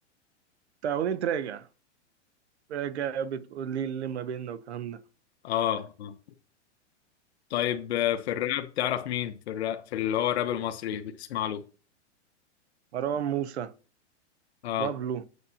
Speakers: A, on the right; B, on the left.
A: بتاع أغنية راجع راجع بتقول لي اللي ما بيننا والكلام ده
B: اه اه طيب آه، في الراب تعرف مين في الراب في اللي هو الراب المصري بتسمع له
A: مروان موسى
B: اه
A: بابلو